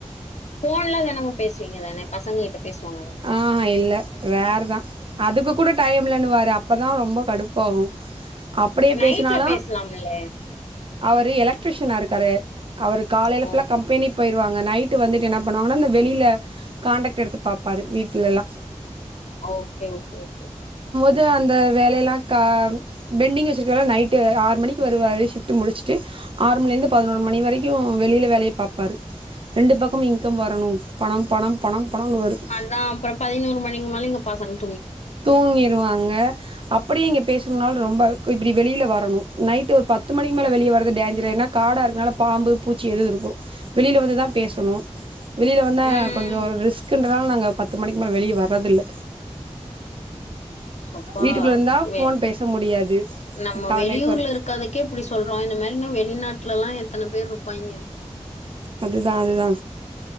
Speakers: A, on the left; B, on the right.
A: போன்ல தெனமு பேசுவீங்க தான பசங்க கிட்ட பேசுவாங்க தானே?
B: ஆ இல்ல ரேரு தா அதுக்கு கூட டைம்லன்னுவாரு அப்பதா ரொம்ப கடுப்பாவு அப்டியே
A: நைட்ல
B: பேசினாலு
A: பேசலாம்ல?
B: அவரு எலக்ட்ரிஷனா இருக்காரு அவரு காலைல
A: ஓ!
B: ஃபுல்லா கம்பெனி போயிருவாங்க நைட் ட்டு வந்துட்டு என்ன பண்ணுவாங்கன்னா இந்த வெளில கான்டக்ட் எடுத்து பாப்பாரு வீட்டுலலா
A: ஓகே ஓகே ஓகே
B: அது அந்த வேலையெல்லா க பெண்டிங் வச்சுருக்கல நைட்டு ஆறு மணிக்கு வருவாரு ஷிஃப்டு முடிச்சுட்டு ஆறு மணில இருந்து பதினொரு மணி வரைக்கு வெளியில வேலய பாப்பாரு ரெண்டு பக்கம் இன்கம் வரணு பணம் பணம் பணம் பணம்னு வரும்
A: அதா அப்பற பதினோரு மணிக்கு மேல இங்க பசங்
B: தூங்கிருவாங்க அப்டியே இங்க பேசுனாலு ரொம்ப இப்டி வெளியில வரணு நைட் ஒரு பத்து மணிக்கு மேல வெளிய வரது டேஞ்சர் ஏனா காடா இருக்கனால ப பாம்பு பூச்சி எது இருக்கு வெளில வந்து தா பேசனு வெளில வந்தா
A: ம்.
B: கொஞ்சொ ரிஸ்க்குன்றனால நாங்க பத்து மணிக்கு மேல வெளிய வர்றதில்ல
A: அப்பா!
B: வீட்டுக்குள்ள இருந்தா
A: வெ
B: ஃபோன் பேச முடியாது
A: நம்ம
B: டவர்
A: வெளியூர்ல
B: நெட்வொர்க்
A: இருக்கதுக்கே இப்டி சொல்றோ இந்த மாரி நா வெளிநாட் ட்லல்லா எத்தன பேர் ருப்பாய்ங்க
B: அதுதா அதுதா